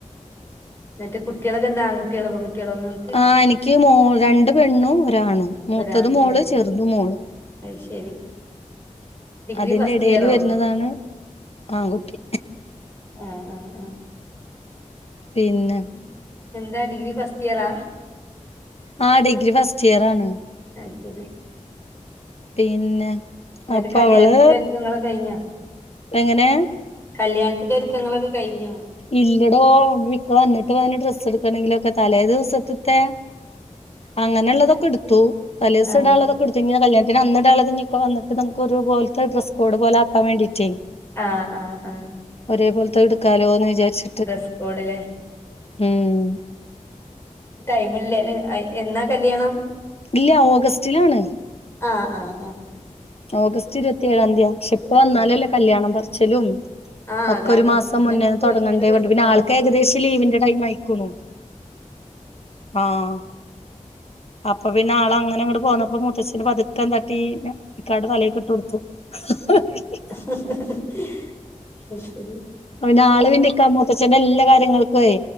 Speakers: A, on the left; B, on the left.
A: ന്നിട്ട് കുട്ടികളൊക്കെന്താ ആൺക്കുട്ടികളോ, പെൺകുട്ടികളോ ങ്ങൾ
B: ആഹ് എനിക്ക് മൂ രണ്ട് പെണ്ണും ഒരാണും. മൂത്തത്
A: വരാണല്ലേ
B: മോള് ചെറുതുമോള്
A: അത് ശരി ഡിഗ്രി
B: അതിന്റെ
A: ഫസ്റ്റ്
B: എടേല്
A: ഇയറോ
B: വരുന്നതാണ് ആൺകുട്ടി.
A: ആഹ് ആഹ് ആഹ്
B: പിന്നെ
A: ഉം എന്താ ഡിഗ്രി ഫസ്റ്റ് ഇയറാ?
B: ആഹ് ഡിഗ്രി ഫസ്റ്റ് ഇയറാണ്.
A: അത് ശരി
B: പിന്നെ?
A: ന്നിട്ട്
B: അപ്പൊ
A: കല്ല്യാണത്തിന്റെ
B: അവള്
A: ഒരുക്കങ്ങള് കഴിഞ്ഞോ?
B: എങ്ങനെ?
A: കല്ല്യാണത്തിന്റെ ഒരുക്കങ്ങളൊക്കെ കഴിഞ്ഞോ?
B: ഇല്ലടോ ഇക്ക വന്നിട്ട് വേണം ഡ്രസ്സ് എടുക്കണമെങ്കിലൊക്കെ തലേ ദിവസത്ത്ത്തേ അങ്ങനെള്ളതൊക്കെ എടുത്തു തലേദിവസ
A: ആഹ്
B: ഇടാനുള്ളതൊ ക്കെടുത്തു ഇന്നി കല്ല്യാണത്തിന് അന്ന് ഇടാനുള്ളത് ഇനി ഇക്ക വന്നിട്ട്നമ്മുക്ക് ഒരു പോലത്തെ ഡ്രസ് കോഡ് പോലെ ആക്കാൻ വേണ്ടിയിട്ടേ.
A: ആഹ് ആഹ് ആഹ്
B: ഒരേപോൽത്തെ എടുക്കാലോന്ന് വിചാരിച്ചു.
A: ഡ്രസ്കോഡ്ല്ലേ?
B: ഉം
A: ടൈമില്ലേല്ലേ എന്നാ കല്യാണം?
B: ഇല്ല ഓഗസ്റ്റിലാണ്.
A: ആഹ്ആഹ്ആഹ്
B: ഓഗസ്റ്റ് ഇരുപത്തി ഏഴാം തീയതിയയാ. പക്ഷെ ഇപ്പ വന്നാലല്ലേ
A: ആഹ്
B: കല്യാണം പറിച്ചലും
A: ആഹ്
B: ഒക്കെ
A: അതാണ്
B: ഒരു മാസം
A: പിന്നെ
B: മുന്നേന്ന്
A: നമ്മുക്ക്
B: തുടങ്ങണ്ടേ
A: ഭയങ്കര തിരക്കായിരിക്കും
B: വേണ്ട പിന്നെ ആൾക്ക് ഏകദേശം ലീവിന്റെ ടൈം ആയി. ക്ക്ണു ആഹ് അപ്പൊ പിന്നെ ആള് അങ്ങനെ ഇങ്ങട്ട് പോന്നപ്പോ മുത്തച്ഛന് പതുക്കെന്താട്ടി ഇക്കാന്റെ തലേക്ക് ഇട്ട് കൊടുത്തു. <inaudible>
A: അഹ് ശരി
B: അപ്പൊ പിന്നെ ആള് പിന്നെ ഇക്ക മൂത്തച്ഛ്ന്റെ എല്ലാ കാര്യങ്ങൾകൊയ്